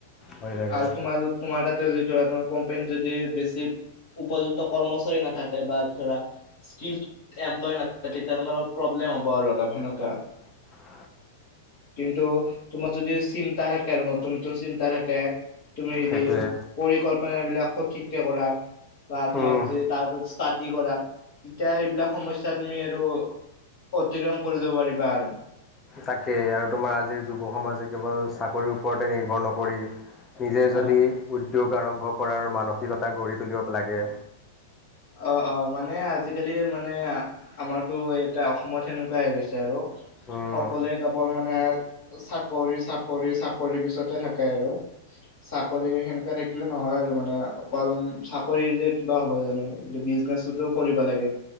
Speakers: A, on the left; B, on the left.
A: হৈ থাকে
B: আৰু তোমাৰ তোমাৰ তাতে যদি ধৰা তোমাৰ কোম্পানী যদি বেছি উপযুক্ত কৰ্মচাৰী নাথাকে বা ধৰা স্ক এমপ্লয় না তেতিয়া হ'ব আৰু অলপ সেনেকুৱা
A: উ
B: কিন্তু তোমাৰ যদি চিন্তা থাকে আৰু নতুন নতুন চিন্তা থাকে তুমি যদি
A: সেইটোৱে
B: পৰিকল্পন বিলাক সঠিককে কৰা বা তোমাৰ
A: উম
B: যদি তাৰৰত ষ্টাডি কৰা তেতিয়া এইবিলাক সমস্া তুমি আৰু অতিক্ৰম কৰি যাব পাৰিবা আৰু
A: তাকেই আৰু তোমাৰ আজিৰ যুৱ সমাজে কেৱল চাকৰিৰ ওপৰতে নিৰ্ভৰ নকৰি নিজে যদি
B: অ
A: উদ্যোগ আৰম্ভ কৰাৰ মানসিকতা গঢ়ি তুলিব লাগে
B: অ অ মানে আজিকালি মানে আমাৰতো এয়া অসমত সেনেকুৱাই হৈ গৈছে আৰু
A: উম,
B: সকলোৱে কবোৰ মানে চাকৰি চাকৰি চাকৰি পিছতে থাকে আৰু চাকৰি সেনেকা থাকিলে নহয় আৰু মানে অকল চাকৰিৰে কিবা হ'ব জানো। কি বিজনেচতো কৰিব লাগে,